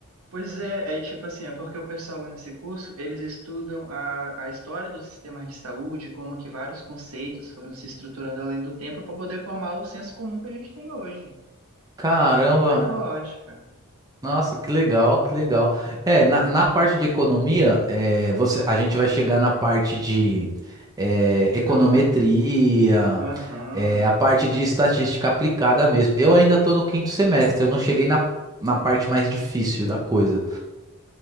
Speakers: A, on the right; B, on the right.
A: Pois é, é tipo assim, é porque o pessoal lá nesse curso, eles estudam a, a história dos sistemas de saúde, como que vários conceitos foram se estruturando além do tempo para poder formar o senso comum que a gente tem hoje.
B: Caramba,
A: Aí faz lógica.
B: nossa, que legal, que legal. É, na, na parte de economia, é, você, a gente vai chegar na parte de é, econometria,
A: Ah, Aham,
B: é, a parte de estatística aplicada mesmo. Eu ainda estou no quinto semestre, eu não cheguei na, na parte mais difícil da coisa.